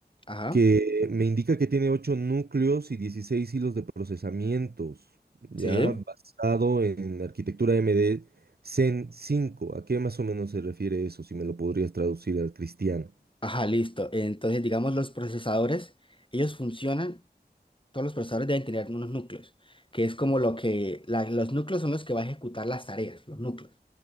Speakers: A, on the left; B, on the right.
A: Ajá,
B: que me indica que tiene 8 núcleos y 16 hilos de procesamientos, ya
A: sí.
B: basado en la arquitectura MD Zen cinco ¿A qué más o menos se refiere eso? Si me lo podrías traducir al cristiano.
A: Ajá, listo. Entonces, digamos, los procesadores, ellos funcionan, todos los procesadores deben tener unos núcleos, que es como lo que, la- los núcleos son los que va a ejecutar las tareas, los núcleos.